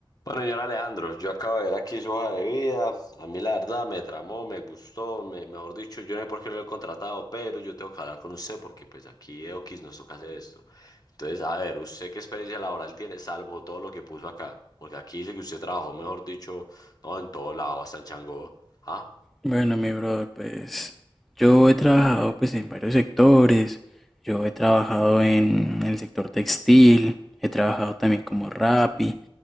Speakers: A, on the left (about 40°); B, in the centre.
A: Bueno, señor Alejandro, yo acabo de ver aquí su hoja de vida. A mí la verdad me tramó, me gustó, me, mejor dicho, yo no sé por qué no lo he contratado, pero yo tengo que hablar con usted porque pues aquí X nos toca hacer esto. Entonces, a ver, ¿usted qué experiencia laboral tiene salvo todo lo que puso acá? Porque aquí dice que usted trabajó, mejor dicho, no en todo lado, hasta en Changó. ¿Ah?
B: Bueno, mi brother, pues yo he trabajado pues en varios sectores. Yo he trabajado en el sector textil, he trabajado también como Rappi,